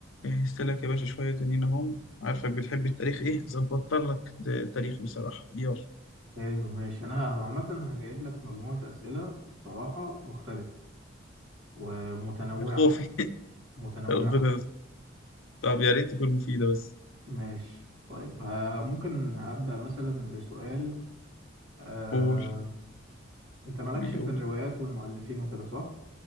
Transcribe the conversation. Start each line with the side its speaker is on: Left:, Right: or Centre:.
Left: جهزت لك يا باشا شوية تانيين أهم عارفك بتحب التاريخ إيه ظبطت لك د- تاريخ بصراحة يلا
Right: حلو ماشي انا عامه انا جايب لك مجموعه اسئله بصراحه مختلفه ومتنوعه
Left: يا خوفي <laughs>
Right: متنوعه
Left: ربنا يستر. طب يا ريت تكون مفيدة بس
Right: ماشي طيب ها ممكن ابدا مثلا بسؤال آه،
Left: قول
Right: انت مالكش
Left: بيقول
Right: في الروايات والمؤلفين وكده صح